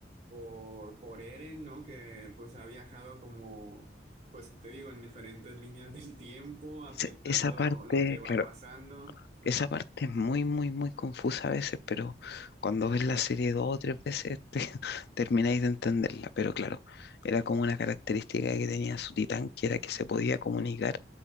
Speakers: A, on the right; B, on the left.
A: por, por Eren, ¿no? Que pues ha viajado como, pues te digo, en diferentes líneas del tiempo, afectando
B: Esa, esa parte,
A: lo que va
B: claro,
A: pasando. Ujú,
B: Esa parte es muy, muy, muy confusa a veces, pero cuando ves la serie dos o tres veces te- <laughs> termináis de entenderla. Pero claro, era como una característica que tenía su titán, que era que se podía comunicar